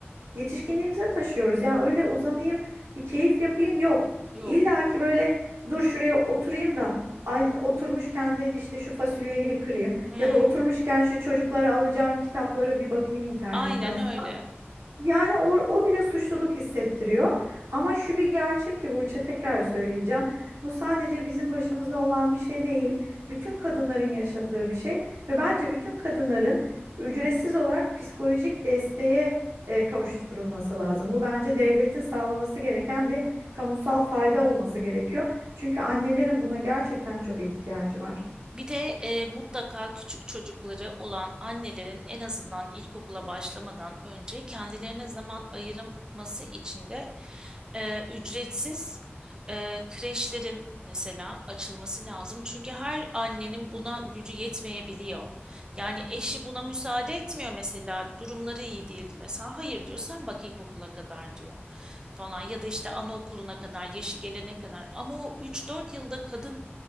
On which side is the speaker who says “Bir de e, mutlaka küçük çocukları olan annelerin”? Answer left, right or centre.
Right